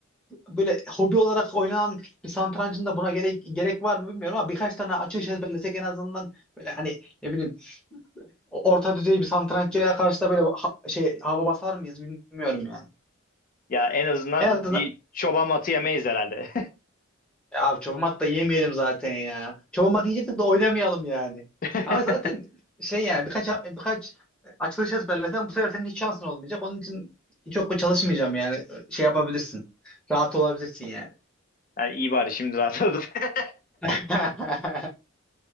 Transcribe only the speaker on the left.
Ya en azından
bir çoban atı yemeyiz herhalde.
<laughs>
Yani iyi bari şimdi rahatladım. <laughs>